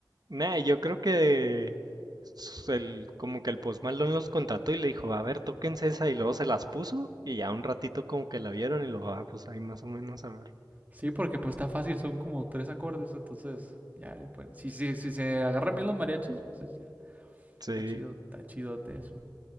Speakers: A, on the right; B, on the right.
A: Nah, yo creo que s- el, como que el Post Malone los contrató y le dijo, a ver, tóquense esa y luego se las puso y ya un ratito como que la vieron y lo, ah, pues ahí más o menos a ver.
B: Sí, porque pues está fácil, son como tres acordes, entonces ya, le pueden- si, si, si se agarran bien los mariachis, pues sí,
A: Sí,
B: está chido, está chidote eso.